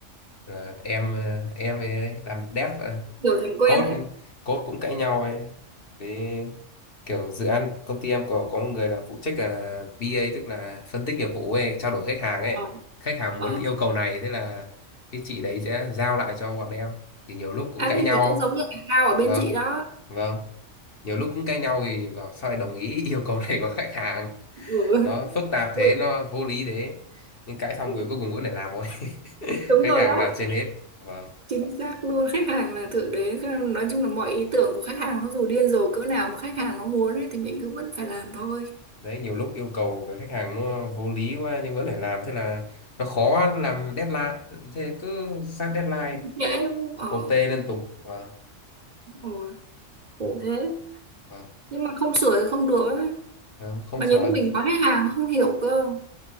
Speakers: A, on the left; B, on the right.
A: à, <laughs> em, ờ, em ấy làm dev ờ,
B: kiểu thành quen
A: code
B: đấy
A: code cũng cãi nhau ấy với kiểu dự án công ty em có có một người là phụ trách là BA tức là phân tích nghiệp vụ ấy trao đổi khách hàng ấy
B: ờ
A: khách hàng
B: ờ
A: muốn yêu cầu này thế là cái chị đấy sẽ giao lại cho bọn em thì nhiều lúc cũng
B: à
A: cãi
B: thế
A: nhau
B: thì cũng giống như anh Cao ở bên
A: vâng
B: chị đó
A: vâng nhiều lúc cũng cãi nhau vì bảo sao lại đồng ý <laughs> yêu cầu này của khách hàng
B: ừ. <laughs>
A: nó phức tạp
B: Ui,
A: thế nó vô lý thế nhưng cãi xong
B: ừ,
A: rồi cuối cùng vẫn phải làm thôi <laughs>
B: đúng
A: khách
B: rồi
A: hàng
B: đó
A: là trên hết vâng
B: chính xác luôn khách hàng là thượng đế nói chung là mọi ý tưởng của khách hàng nó dù điên rồ cỡ nào mà khách hàng nó muốn ấy, thì mình cứ vẫn phải làm thôi
A: đấy nhiều lúc yêu cầu cái khách hàng nó vô lý quá nhưng vẫn phải làm thế là nó khó làm deadline thế cứ sát deadline
B: dễ ờ
A: OT liên tục vâng
B: ôi khổ thế
A: vâng
B: nhưng mà không sửa thì không được ấy
A: Đó, không
B: mà
A: sửa
B: nhiều lúc mình nói khách hàng nó không hiểu cơ